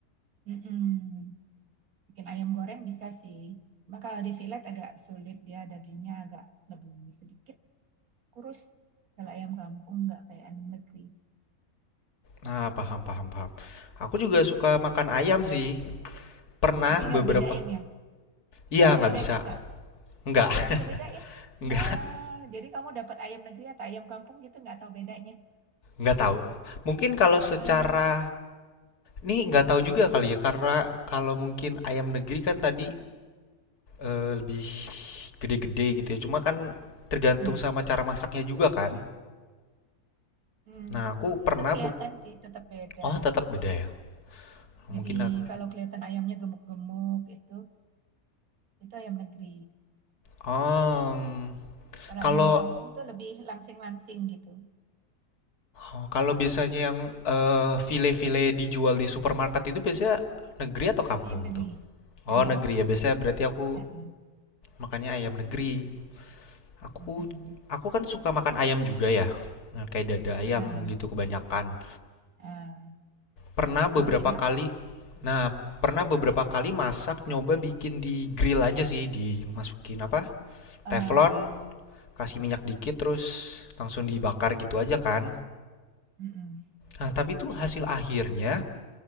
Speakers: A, on the right; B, on the left.
A: Mm-mm. Bikin ayam goreng bisa sih. Cuma kalau di filet agak sulit dia dagingnya agak lebih sedikit kurus. Kalau ayam kampung nggak kayak ayam negeri.
B: Nah, paham paham paham. Aku juga suka makan ayam sih, pernah
A: Tapi
B: beberapa
A: nggak bedain ya.
B: iya,
A: Tahu
B: nggak
A: bedanya
B: bisa,
A: nggak?
B: nggak
A: Nggak bisa bedain.
B: <laughs> nggak.
A: Ah, jadi kamu dapat ayam negeri atau ayam kampung gitu nggak tahu bedanya.
B: Nggak tahu. Mungkin kalau
A: Ah,
B: secara ini nggak tahu juga kali ya karena kalau mungkin ayam negeri kan tadi eh, lebih gede-gede gitu ya. Cuma kan tergantung
A: mm-mm.
B: sama cara masaknya juga kan.
A: Hmm,
B: Nah, aku pernah
A: tetap kelihatan
B: bu-
A: sih, tetap beda.
B: Oh, tetap beda ya. Mungkin
A: Jadi
B: aku.
A: kalau kelihatan ayamnya gemuk-gemuk itu, itu ayam negeri.
B: Oh, mm,
A: Kalau
B: kalau
A: ayam kampung tuh lebih langsing-langsing gitu.
B: oh, kalau biasanya yang eh, file-file dijual di supermarket itu biasanya negeri atau kampung
A: Ayam negeri,
B: tuh?
A: negeri.
B: Oh, negeri ya. Biasanya berarti aku
A: Eh, eh,
B: makannya ayam negeri. Aku
A: mm-mm.
B: aku kan suka makan ayam juga ya. Nah, kayak dada ayam
A: Eh,
B: gitu kebanyakan.
A: eh.
B: Pernah
A: Dibikin
B: beberapa
A: apa?
B: kali nah, pernah beberapa kali masak nyoba bikin di grill aja sih, dimasukin apa?
A: eh
B: Teflon, kasih minyak dikit terus langsung dibakar gitu aja kan.
A: mm-mm,
B: Nah, tapi itu hasil akhirnya